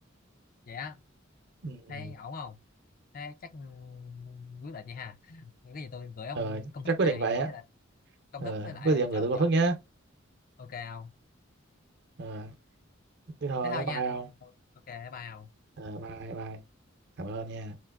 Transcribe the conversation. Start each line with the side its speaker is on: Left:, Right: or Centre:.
Left: vậy á
Right: Ừ. ừ.
Left: thấy ổn không thế chắc ừ, quyết định vậy ha những cái gì tôi gửi ông
Right: Ờ,
Left: công thức
Right: chắc quyết
Left: này
Right: định vậy á.
Left: với lại công
Right: Ờ,
Left: thức với lại
Right: có gì em gửi
Left: chỗ
Right: tôi con
Left: chỗ
Right: Phước nhé.
Left: ok không
Right: Ờ, thế thôi,
Left: thế thôi
Right: bye
Left: nha
Right: bye
Left: tôi
Right: ông.
Left: tôi ok bye bye Hồng.
Right: Ờ, bye bye. Cảm ơn nha.